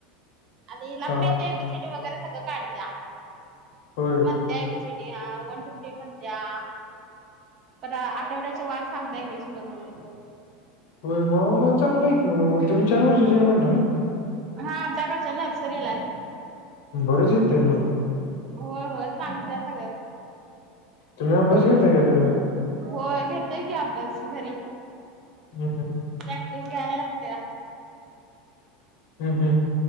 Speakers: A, on the right; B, on the left.
A: आता हिला
B: हा
A: पण
B: हा.
A: येते एबीसीडी वगैरे सगळं काढते या.
B: होय
A: म्हणते एबीसीडी अना वन टू थ्री म्हणते या परत आठवड्यात वार सांगते हा इंग्लिश मधून.
B: हो बा मग चांगलं आहे का मग, तुम्ही चार वर्षाची हाय म्हणला ना.
A: हा चार वर्षे नर्सरी ला हाय.
B: बरंच येतंय मग.
A: होय होय सांगत्या सगळ.
B: तुम्ही अभ्यास घेताय काय तेचा?
A: होय घेतोय की अभ्यास घरी.
B: हम् हम.
A: प्रॅक्टिस घ्यायला लागत्या.
B: हं हं.